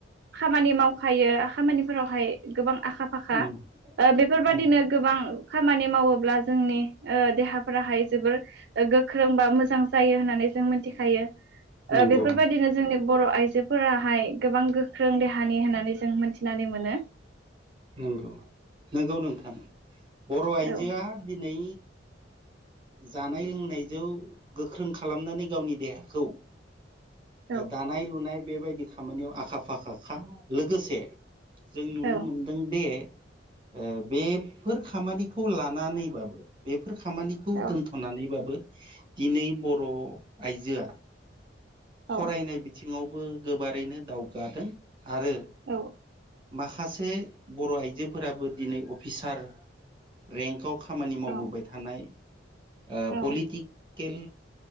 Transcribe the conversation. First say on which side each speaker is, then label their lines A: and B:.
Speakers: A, on the right (about 60°); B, on the right (about 30°).
A: खामानि मावखायो खामानिफोरावहाय गोबां आखा फाखा
B: उम
A: ओ बेफोरबायदिनो
B: उम
A: गोबां खामानि मावोब्ला जोंनि ओ देहाफोराहाय जोबोर ओ गोख्रों बा मोजां जायो होननानै जों मि मिखायो
B: नंगौ
A: ओ बेफोरबायदिनो जोंनि बर' आइजोफोराहाय गोबां गोख्रों देहानि होननानै जों मोनथिनानै मोनो
B: नंगौ नंगौ नोंथां बर' आइजोआ
A: औ
B: दिनै जानाय लोंनायजों गोख्रों खालामनानै गावनि देहाखौ
A: औ
B: दानाय लुनाय बेबायदि खामानियाव आखा फाखाखा लोगोसे जों नुनो
A: औ
B: मोनदों दे ओ बेफोर खामानिखौ लानानैबाबो बेफोर खामानि खौ
A: औ
B: दोनथ'नानैबाबो दिनै बर' आइजोआ
A: औ
B: फरायनाय बिथिङावबो गोबारैनो दावगादों आरो
A: औ
B: माखासे से बर' आइजोफोराबो दिनै अफिसार रेंकआव खामानि मावबोबाय
A: औ
B: थानाय ओ
A: औ
B: पलिथि खेल